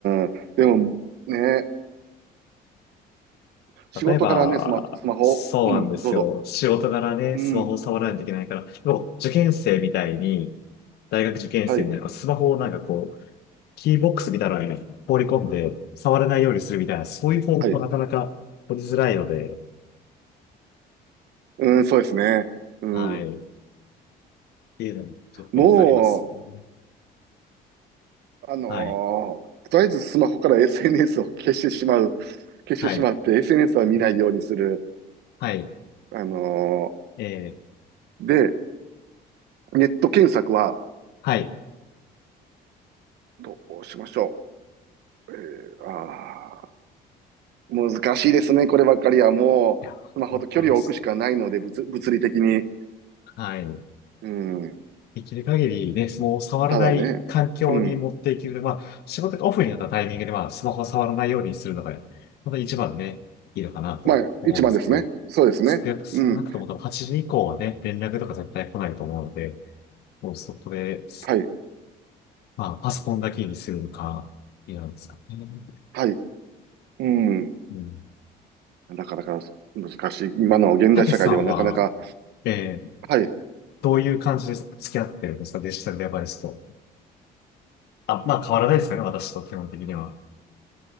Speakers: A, on the right; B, on the left.
A: ん、でもね、仕事からね、
B: 例えば、
A: スマ、スマホ、
B: そうなんですよ。
A: うん、どうぞ。
B: 仕事柄ね、
A: うん、
B: スマホを触らないといけないから、でもう受験生みたいに、大学受験生みたいな、
A: はい、
B: スマホをなんかこう、キーボックスみたいなのに放り込んで、触れないようにするみたいな、そういう方法もなかなか取りづらいので、
A: はい、うん、そうですね。うん、
B: はい。っていうのもちょっとありますよね。
A: もう、あのーとりあえずスマホから
B: はい。
A: SNS を消してしまう、消してしまって、
B: はい。
A: SNS は見ないようにする。
B: はい。
A: あの
B: えー、
A: ーで、ネット検索は
B: はい。い
A: どうしましょう。あー難しいですね、こればっかりは。もう、
B: や、
A: スマホと距離を置くしかないので、
B: 本当ですね。
A: 物、物理的に。
B: はい。
A: うん。
B: できる限りね、スマホを触らない環境に持っていける。
A: ただね、うん。
B: まあ、仕事がオフになったタイミングで、まあ、スマホを触らないようにするのが、本当に一番ね、いいのかなと思うんですけど、
A: まあ、一番ですね。そうですね。
B: 少なく少なくとも多分8時以降はね、
A: うん。
B: 連絡とか絶対来ないと思うので、もうそこで、
A: はい。
B: まあ、パソコンだけにするのか、いいなんですかね。
A: はい。うん。
B: うん。
A: なかなか難しい。今の現代社会ではなかなか。
B: たけしさんは、えー
A: はい。
B: どういう感じで付き合ってるんですかデジタルデバイスと。あ、まあ変わらないですかね、私と基本的には。